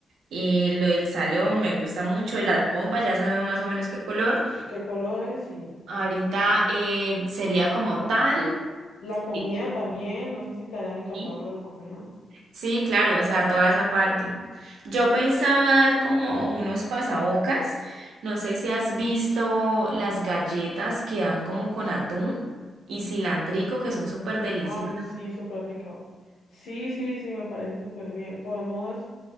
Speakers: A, on the right; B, on the left.
A: eh, lo del salón, me gusta mucho,
B: Sí,
A: las bombas, ya sabemos más o menos qué color.
B: qué colores, sí.
A: Ahorita
B: Y
A: eh, sería como
B: La,
A: tal.
B: la comida
A: Sí.
B: también, no sé si te hayan encargado
A: sí.
B: lo de la comida.
A: Sí, claro, o sea, toda esa parte. Yo pensaba dar como unos pasabocas. No sé si has visto las galletas que dan como con atún y cilantrico, que son súper deliciosas.
B: Ay, sí, súper rico. Sí, sí, sí, me parece súper bien. Podemos